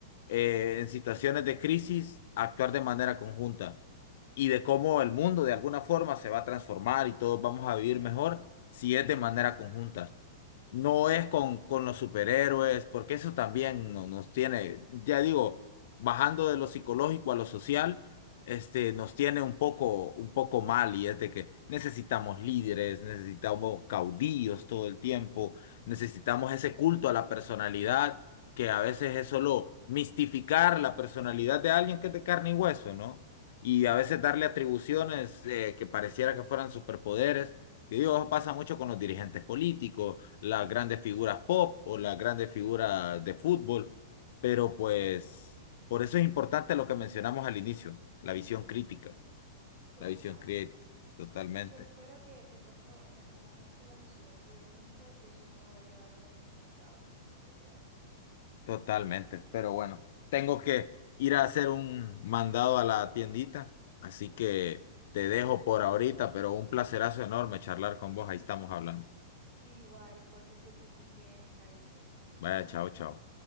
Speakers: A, on the left; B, on the right.
A: eh, en situaciones de crisis actuar de manera conjunta y de cómo el mundo de alguna forma se va a transformar y todos vamos a vivir mejor si es de manera conjunta. No
B: Esa.
A: es con, con los superhéroes, porque eso también no- nos tiene, ya digo, bajando de lo psicológico a lo social, este,
B: Ajá,
A: nos tiene un poco, un poco mal y es de que necesitamos líderes, necesitamos caudillos todo el tiempo, necesitamos ese culto a la personalidad, que a
B: ok.
A: veces es solo mistificar la personalidad de alguien que es de carne y hueso, ¿no? Y a veces darle atribuciones eh, que pareciera que fueran superpoderes. Y digo, eso pasa mucho con los dirigentes políticos las grandes figuras pop o las grandes figuras de fútbol, pero pues por eso es importante lo que mencionamos al inicio, la visión crítica,
B: Total.
A: la visión crítica, totalmente,
B: Yo espero que de pronto en algún momento la sociedad se dé cuenta que eso no va a llevarlos a ningún lado, sino a su propia destrucción.
A: totalmente, pero bueno, tengo que ir a hacer un mandado a la tiendita, así que te
B: Listo,
A: dejo por ahorita,
B: Jorge.
A: pero un placerazo enorme charlar con vos, ahí estamos hablando.
B: Igual, Jorge, que estés muy bien, Chaito.
A: Vaya, chao, chao.